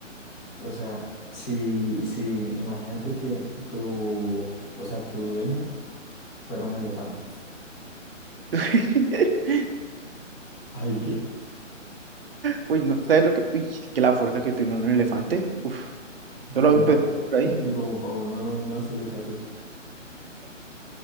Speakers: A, on the left; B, on the right.
A: o sea, si, si, imagínate que tu, o sea, tu dueño fuera un elefante.
B: <laughs>
A: Ay, ¿qué?
B: Uy, no, ¿sabes lo que? Uy, que la fuerza que tiene un elefante. Uf, solo
A: Como
B: empecé
A: pa,
B: por ahí.
A: <laughs> como pa uno no hacerle caso.